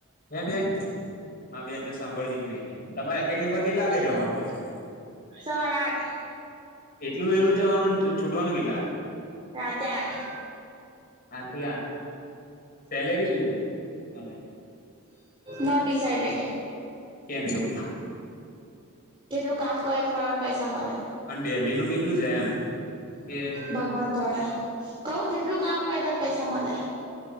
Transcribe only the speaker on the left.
હ બેન ના બેન તો સાંભળતી જ નહી તમારે એકેડમી પર કેટલા વાગે જવાનું હોય છે
એટલું વેલું જવાનું છૂટવાનું કેટલા વાગે
સાત થી આઠ સેલેરી શું છે નવેજ
કેમ છું
પણ ડિલીનું કેટલું છે એમ કે